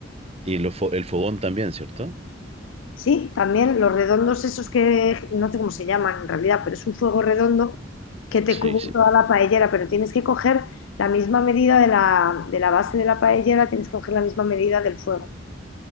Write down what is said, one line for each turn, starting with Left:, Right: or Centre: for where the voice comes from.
Right: y los fo- el fogón también, ¿cierto?
Left: Sí, también los redondos esos que no sé cómo se llaman en realidad, pero es un fuego redondo que te
Right: Sí,
Left: cubre
Right: sí.
Left: toda la paellera, pero tienes que coger la misma medida de la, de la base de la paellera, tienes que coger la misma medida del fuego.